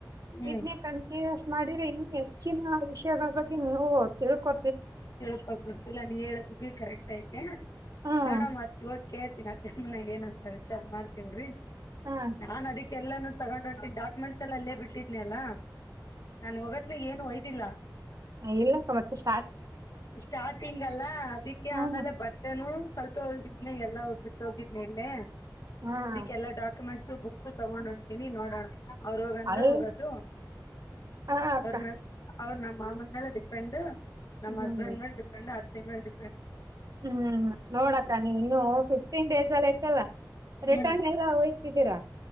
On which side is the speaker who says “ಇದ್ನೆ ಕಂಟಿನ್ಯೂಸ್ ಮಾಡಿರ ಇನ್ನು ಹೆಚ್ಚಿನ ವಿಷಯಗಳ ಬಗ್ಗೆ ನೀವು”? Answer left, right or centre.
Right